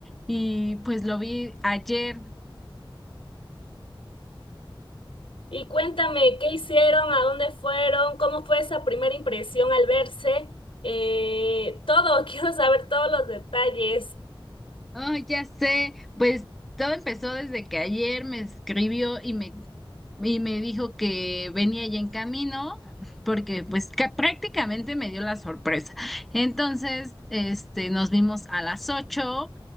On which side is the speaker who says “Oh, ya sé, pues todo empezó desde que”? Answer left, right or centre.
Centre